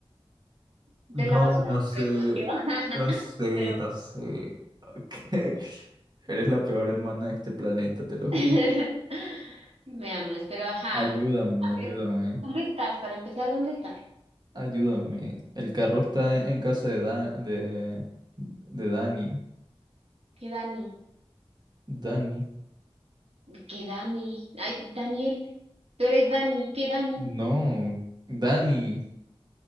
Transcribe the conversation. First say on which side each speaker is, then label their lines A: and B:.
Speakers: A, on the right; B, on the right.
A: De
B: No,
A: la basura
B: no
A: te
B: sé,
A: recogió. <laughs>
B: no sé,
A: Pero
B: no sé. Ok. <laughs> Eres la peor hermana de este planeta, te lo juro.
A: <laughs> me amas, pero ajá.
B: Ayúdame,
A: A
B: ayúdame,
A: ver, ¿dónde estás? Para empezar, ¿dónde estás?
B: ayúdame. El carro está en casa de, Da- de, de Dani.
A: ¿Qué Dani?
B: Dani.
A: ¿Qué Dani? Ay, Daniel, tú eres Dani, ¿qué Dani?
B: No, Dani.